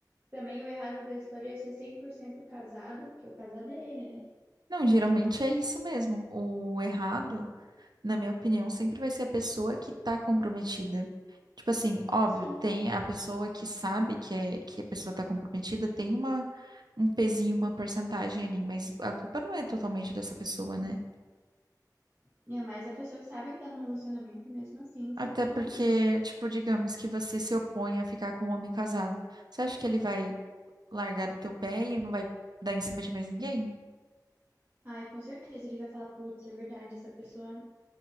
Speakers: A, on the right; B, on the right.
A: também o errado da história é ser 100% casado, porque o casado é ele, né?
B: Não, geralmente é isso mesmo. O errado, na minha opinião, sempre vai ser a pessoa que tá comprometida. Tipo assim, óbvio,
A: Sim.
B: tem a pessoa que sabe que, é, que a pessoa tá comprometida, tem uma, um pezinho, uma porcentagem ali, mas a culpa não é totalmente dessa pessoa, né?
A: E é mais a pessoa que sabe que tá num relacionamento e mesmo assim se
B: Até
A: expõe
B: porque,
A: a isso.
B: tipo, digamos que você se opõe a ficar com um homem casado. Você acha que ele vai largar do teu pé e não vai dar em cima de mais ninguém?
A: Ai, com certeza ele vai falar, putz, é verdade, essa pessoa